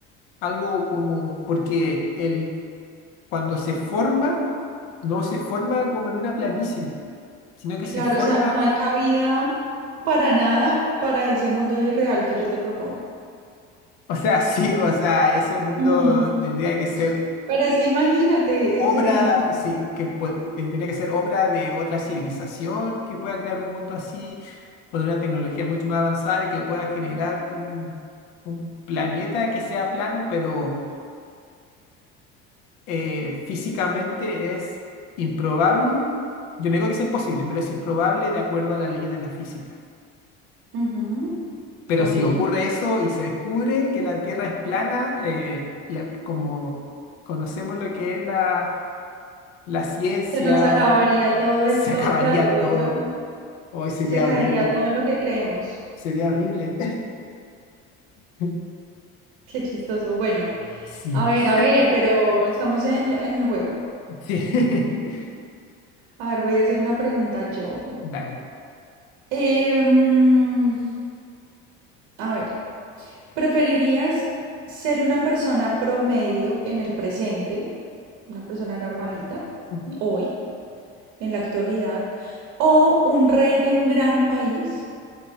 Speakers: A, on the left (about 80°); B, on the right (about 75°).
A: algo como, porque el, cuando se forma, no se forma como en una planicie, sino que se
B: Claro,
A: forma,
B: o sea, no hay cabida para nada para ese mundo irreal que yo te propongo.
A: <laughs> o sea, sí, o sea, ese mundo
B: Ujú.
A: tendría que ser
B: Pero es que imagínate,
A: obra,
B: eso sería muy loco.
A: sí, que pu- tendría que ser obra de otra civilización que pueda crear un mundo así, con una tecnología mucho más avanzada y que pueda generar un, un planeta que sea plano, pero eh, físicamente es improbable. Yo no digo que sea imposible, pero es improbable de acuerdo a las leyes de la física.
B: Ujú,
A: Pero
B: Ok,
A: si
B: se
A: ocurre eso y se descubre que la Tierra es plana, eh, la- como conocemos lo que es la, la ciencia,
B: nos acabaría todo esto,
A: se acabaría
B: claro, todo
A: todo.
B: lo-
A: Hoy sería
B: se caería
A: horrible.
B: todo en lo que creemos.
A: Sería horrible. <laughs>
B: Qué chistoso. Bueno,
A: Sí,
B: a ver, a ver, pero estamos en, lo- en el juego.
A: sí. <laughs>
B: A ver, voy a hacer una pregunta yo.
A: Dale.
B: Em, a ver. ¿Preferirías ser una persona promedio en el presente, una persona normalita,
A: Ujú.
B: hoy, en la actualidad, o un rey de un gran país